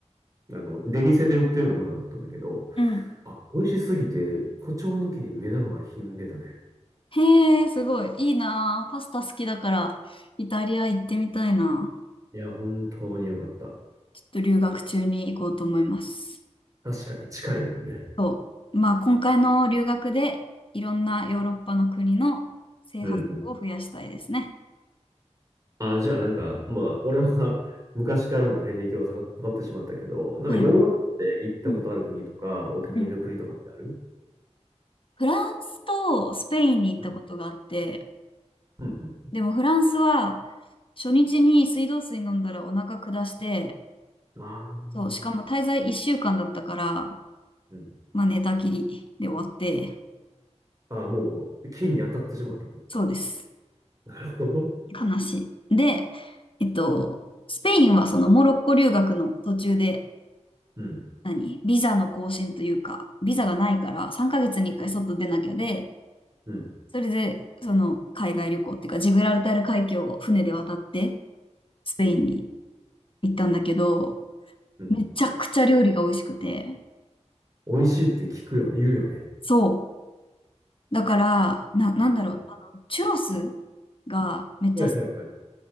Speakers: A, on the right (about 30°); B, on the left (about 50°).
A: あの、出店で売ってるようなものだったんだけど、
B: うん。
A: あ、美味しすぎて、誇張抜きに目玉がひんでたね。
B: へえ、すごい。いいな。パスタ好きだから、イタリア行ってみたいな。
A: いや、本当に良かった。
B: ちょっと留学中に行こうと思います。
A: 確かに近いもんね。
B: そう。まあ、今回の留学でいろんなヨーロッパの国の制覇数を増やしたいですね。
A: うんうん。あ、じゃあなんか、まあ、俺は <laughs> 昔からの遍歴をさ語ってしまったけど、なんかヨーロッパで行ったことある国とか、
B: はいはい。うん
A: お気に入りの国とかってある
B: うん。フランスとスペインに行ったことがあって、
A: うん。うん
B: でもフランスは初日に水道水飲んだらお腹下して、
A: うん。あ
B: そう、
A: あ、
B: しかも滞在1週間だったから、
A: うん。
B: まあ寝たきりで終わって、
A: ああ、もう、金に当たってしまったと。
B: そうです。
A: なるほど。
B: 悲しい。で、えっと、スペインはそのモロッコ留学の途中で
A: うん。
B: 何ビザの更新というか、ビザがないから3ヶ月に1回外出なきゃで、
A: うん。
B: それでその海外旅行っていうか、ジブラルタル海峡を船で渡ってスペインに行ったんだけど、
A: うん。
B: めちゃくちゃ料理が美味しくて、
A: 美味しいって聞くよ、言うよね。
B: そう。だから、な、なんだろう、
A: うん。
B: あの、チュロスがめっちゃ、
A: はいはいはい。